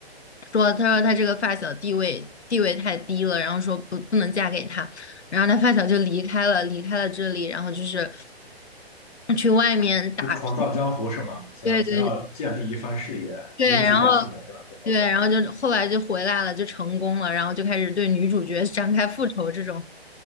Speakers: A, on the left; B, on the left.
A: 说他说他这个发小地位地位太低了，然后说不不能嫁给他。然后他发小就离开了，离开了这里，然后就是去外面打拼。
B: 就闯荡江湖是吗？想要想要建立一番事业，
A: 对对对，
B: 迎娶白富美，
A: 然后
B: 对吧？对吧
A: 对，然后就后来就回来了，就成功了，然后就开始对女主角 <laughs> 展开复仇，这种